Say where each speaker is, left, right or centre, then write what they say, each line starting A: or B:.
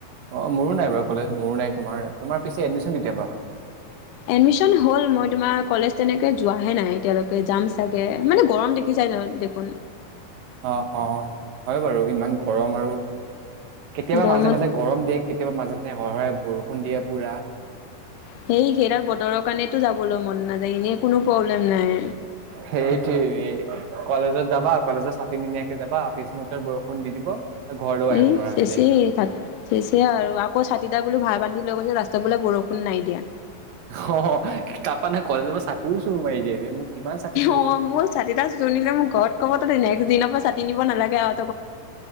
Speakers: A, on the right; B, on the left.
A: অ মোৰো নাই বাৰু কলেজ মোৰো নাই তোমাৰ তোমাৰ পিছে এডমিশন কেতিয়াৰ পৰা
B: এডমিশন হল মই তোমাৰ কলেজ তেনেকে যোৱাহে নাই এতিয়ালৈকে যে জাম চাগে মানে গৰম দেখিছাই দেখোন।
A: অ', অ', হয় বাৰু ইমান গৰম আৰু কেতিয়াবা
B: গৰমত
A: মাজে মাজে গৰম দে কেতিয়াবা মাজে মাজে হৰহৰে বৰষুণ দিয়ে পোৰা
B: সেই সেইডাল বতৰৰ দোকানতো যাবলৈ মন নাযায় এনেই কোনো প্ৰব্লেম নাই
A: সেইটোৱে, কলেজত যাবা কলেজত চাতি নিনিয়াকে যাবা পিছ মুহূৰ্তত বৰষুণ দি দিব। ঘৰলৈও আহিব
B: এ
A: নোৱাৰা
B: চেচে
A: হৈ যায়।
B: চেচে আৰু আকৌ চাতি ডাল বোলো ভাৰ বান্ধি লৈ গলে ৰাস্তাতবোলে বৰষুণ নাই দিয়া।
A: অ তাপা নে কলেজৰ পৰা ছাতিও চুৰ মাৰি দিয়ে কিমান ছাতি চুৰ
B: অ
A: হ'ল।
B: মোৰ ছাতি ডাল চুৰ নিলে মোক ঘৰত ক'ব তই নেক্সট দিনৰ পৰা চাতি নিব নালাগে গে আও